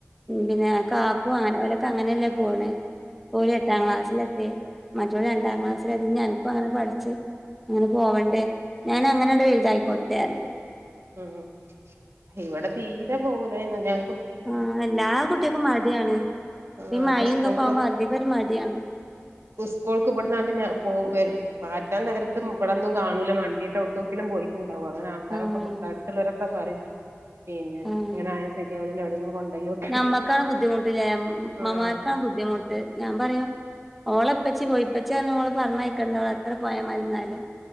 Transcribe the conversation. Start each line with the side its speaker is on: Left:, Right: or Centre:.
Centre: പിന്നെ അങ്ങനെ ഓലൊക്കെ അങ്ങനെയല്ല പോണേ ഒര് എട്ടാം
Right: ഉം
Centre: ക്ലാസ്സിലെത്തി മറ്റള് രണ്ടാം
Right: ഉം
Centre: ക്ലാസ് ഇത്ര അധികംഞനക്കും അങ്ങനെ പഠിച്ച് അങ്ങനെ പോവണ്ടേ ഞാൻ അങ്ങനെണ്ട് വുതായിക്കോട്ടൊറഞ്ഞു
Right: ഉം ഇവിടെ തീരെ പോവുലന്ന് ഞാൻ
Centre: ആഹ്‌ എല്ലാ കുട്ടിയക്കും മടിയാണ്
Right: ആഹ്
Centre: മൈ
Right: അപ്പൊ സ്കൂൾക്ക്
Centre: എന്തൊക്കെ ആവുമ്പോ അധിക ഒരു മടിയാണ് <inaudible>
Right: സ്കൂൾക്ക് ഇടന്നാട്ട ഞാ പോ പറ്റാൻ നേരത്തും ഇവിടൊന്നും കാണൂല വണ്ടിയിട്ട് അവിടുക്കെങ്കിലും പോയി ഉണ്ടാവും അങ്ങനെ ആൾക്കാരൊകേ
Centre: ആഹ്
Right: പോ പറയും പിന്നെ
Centre: ആഹ്
Right: ഇങ്ങനെ ആ ശരിയാ എവിടെങ്കിലും കൊണ്ട പോ
Centre: ഞമ്മക്കാണ് ബുദ്ധിമുട്ടില്ലേ അമ്മമാർക്കാണ്
Right: ആഹ്
Centre: ബുദ്ധിമുട്ട് ഞാൻ പറയു ഓളെപ്പച്ചി പോയിപ്പച്ചാ നിങ്ങള് പറഞ്ഞയക്കേണ്ടോള അത്ര പോയാൽ മരുന്നാലും